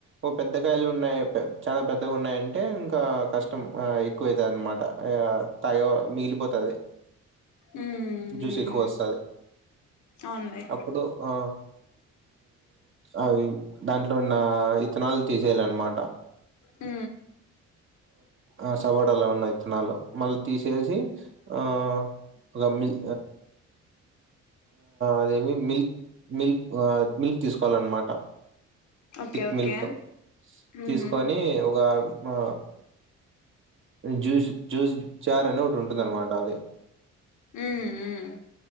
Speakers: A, on the right; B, on the left.
A: ఓ పెద్ద కాయలు ఉన్నాయి చాలా పెద్దగా ఉన్నాయంటే ఇంకా కష్టం ఎక్కువవుతుంది అనమాట తాగ మిగిలిపోతది
B: ఉమ్
A: జ్యూస్ ఎక్కువ వస్తుంది.
B: అవునులే
A: అప్పుడు ఆ అవి దాంట్లో ఉన్న ఇథనాల్ తీసేయల అనమాటా
B: ఊ
A: ఆ సపోటలా ఉన్నాయి ఇత్తనాలు మళ్ళీ తీసేసి ఆ ఒక మిల్ అదేమి మిల్క్ మిల్క్ మిల్క్ తీసుకోవాలన్నమాట.
B: ఓకే
A: థిక్
B: ఓకే
A: మిల్క్
B: ఉహు
A: తీసుకొని ఒక ఆ జూస్ జ్యూస్ జార్ అనే ఒకటి ఉంటుంది అన్నమాట అదే
B: ఉమ్ ఉమ్